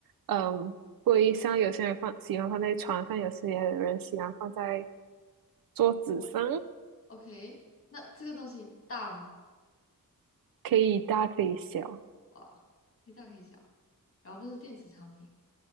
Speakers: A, on the right; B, on the left.
A: 嗯柜上，有些人放喜欢放在床上，有些人喜欢放在桌子上，
B: ？OK，那这个东西大吗？
A: 可以大可以小。
B: 哇，可以大可以小。然后不是电子产品，